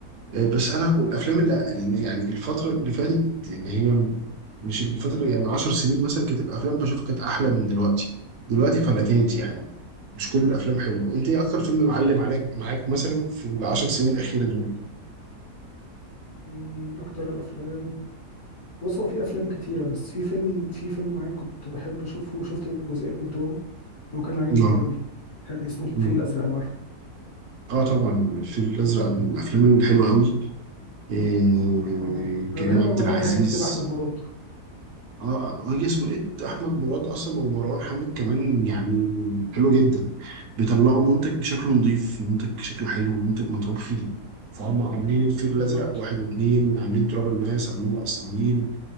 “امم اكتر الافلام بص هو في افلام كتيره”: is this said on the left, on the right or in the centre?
Left